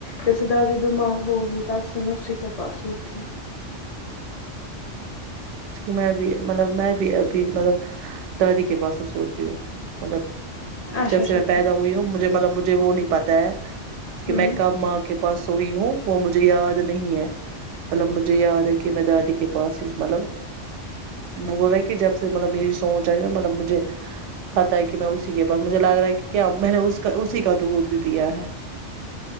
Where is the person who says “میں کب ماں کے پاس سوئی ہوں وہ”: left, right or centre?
Right